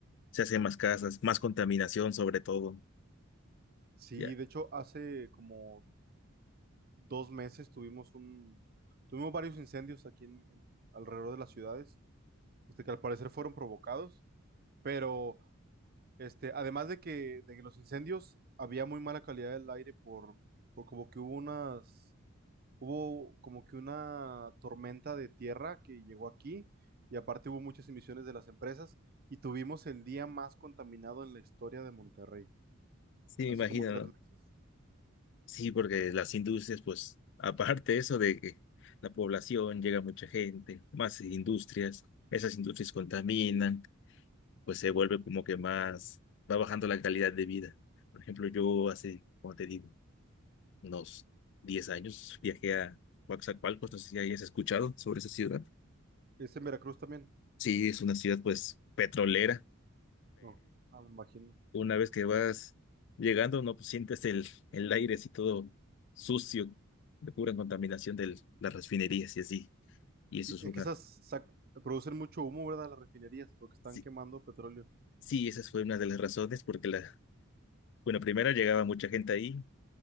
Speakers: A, on the left; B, on the right.
A: se hacen más casas, más contaminación sobre todo.
B: Sí,
A: Ya,
B: de hecho hace como dos meses tuvimos un, tuvimos varios incendios aquí en, en- alrededor de las ciudades, este, que al parecer fueron provocados, pero Este, además de que, de que los incendios había muy mala calidad del aire por, por como que hubo unas, hubo como que una tormenta de tierra que llegó aquí y aparte hubo muchas emisiones de las empresas y tuvimos el día más contaminado en la historia de Monterrey,
A: sí,
B: hace
A: me imagino,
B: como tres
A: ¿no?
B: meses.
A: Sí, porque las industrias, pues, <laughs> aparte eso de que la población llega mucha gente, más industrias, esas industrias contaminan, pues se vuelve como que más, va bajando la calidad de vida. Por ejemplo, yo hace, como te digo, unos 10 años viajé a Coatzacoalcos, no sé si hayas escuchado sobre esa ciudad.
B: ¿Es en Veracruz también?
A: Sí, es una ciudad, pues, petrolera,
B: No, ah, me imagino.
A: Una vez que vas llegando, no, pues sientes el, el aire así todo sucio, de pura contaminación de las refinerías y así. Y
B: Sí,
A: eso es
B: es
A: una,
B: que esas sac- producen mucho humo, ¿verdad? Las refinerías porque están
A: sí,
B: quemando petróleo.
A: sí, esa fue una de las razones porque la, bueno, primero llegaba mucha gente ahí